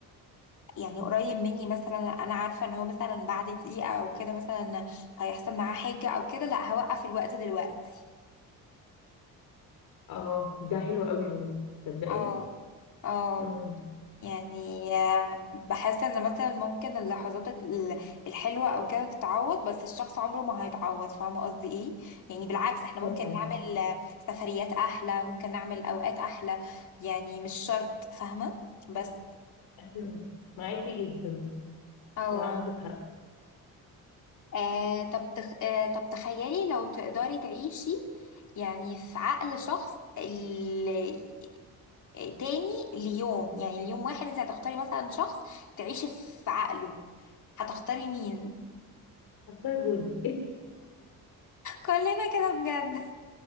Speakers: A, on the left (about 55°); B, on the left (about 80°).
A: يعني قريب مني مثلا انا عارفه ان هو مثلا بعد دقيقه او كده مثلا هيحصل معاه حاجه او كده لا هوقف الوقت دلوقتي
B: اه ده حلو قوي برضه تصدقي
A: اه اه
B: امم
A: يعني آه، بحس ان مثلا ممكن اللحظات ال- الحلوه او كده تتعوض بس الشخص عمره ما هيتعوض فاهمه قصدي ايه يعني بالعكس احنا
B: طبعا
A: ممكن نعمل آه، سفريات احلى ممكن نعمل اوقات احلى يعني مش شرط فاهمه بس
B: ايوه معاكي جدا
A: اه
B: لا عندك حق
A: آه، طب تخ... آه، طب تخيلي لو تقدري تعيشي يعني في عقل شخص ال... تاني ليوم يعني اليوم واحد انت هتختاري مثلا شخص تعيشي في عقله هتختاري مين
B: اختار جوزي <laughs>
A: كلنا كده بجد